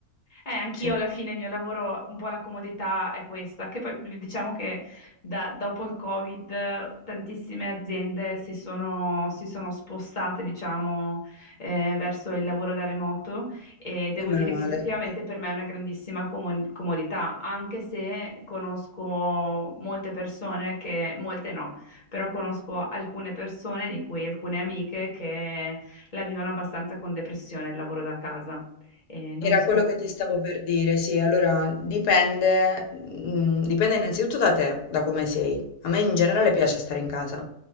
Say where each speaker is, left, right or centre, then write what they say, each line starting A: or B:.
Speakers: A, on the left; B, on the left.
A: Eh, anch'io
B: sì, e
A: alla fine il mio lavoro, un po' la comodità è questa, che poi diciamo che da- dopo il Covid tantissime aziende si sono, si sono spostate, diciamo, eh, verso il lavoro da remoto e devo
B: meno
A: dire
B: male.
A: che effettivamente per me è una grandissima comu- comodità, anche se conosco molte persone che, molte no, però conosco alcune persone, di cui alcune amiche, che la vivono abbastanza con depressione il lavoro da casa. E non
B: Era
A: sono.
B: quello che ti stavo per dire, sì, allora dipende, mm, dipende innanzitutto da te, da come sei. A me in generale piace stare in casa.